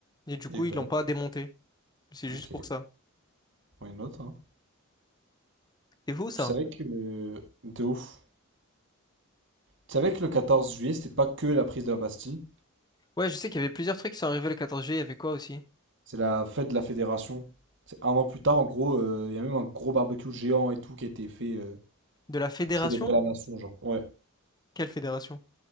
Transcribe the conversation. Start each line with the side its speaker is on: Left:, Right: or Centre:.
Left: Et du coup,
Right: et ben,
Left: ils l'ont pas démonté. C'est
Right: ok,
Left: juste pour ça.
Right: why not, hein.
Left: C'est fou, ça.
Right: Je savais que, euh, de ouf. Tu savais que le 14 juillet, c'était pas que la prise de la Bastille,
Left: Ouais, je sais qu'il y avait plusieurs trucs qui sont arrivés le 14 juillet. Il y avait quoi aussi?
Right: c'est la fête de la Fédération. C'est un an plus tard, en gros, euh, il y a même un gros barbecue géant et tout qui a été fait. euh,
Left: De la fédération?
Right: Pour célébrer la nation, genre. Ouais,
Left: Quelle fédération?